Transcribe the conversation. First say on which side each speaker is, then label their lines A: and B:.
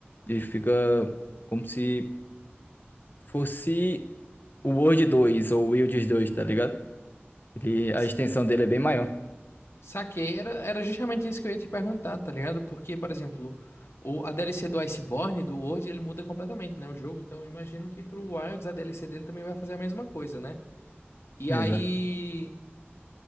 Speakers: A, on the left (about 50°); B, on the left (about 80°).
A: Ele fica como se fosse o Word 2 ou o Wilds 2, tá ligado? Ele, a
B: S-
A: extensão dele é bem maior.
B: Saquei, era, era justamente isso que eu ia te perguntar, tá ligado? Porque, por exemplo, o, a DLC do Iceborne, do World, ele muda completamente, né? O jogo, então eu imagino que pro Wilds a DLC dele também vai fazer a mesma coisa, né? E
A: Exato.
B: aí.